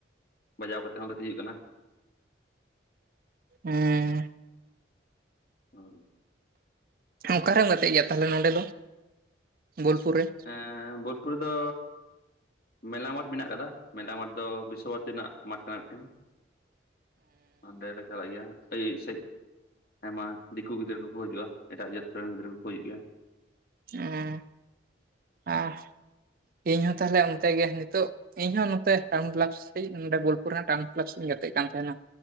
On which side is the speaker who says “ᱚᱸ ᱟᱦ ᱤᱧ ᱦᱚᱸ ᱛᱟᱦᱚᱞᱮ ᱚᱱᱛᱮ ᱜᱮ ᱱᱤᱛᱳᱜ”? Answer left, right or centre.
Right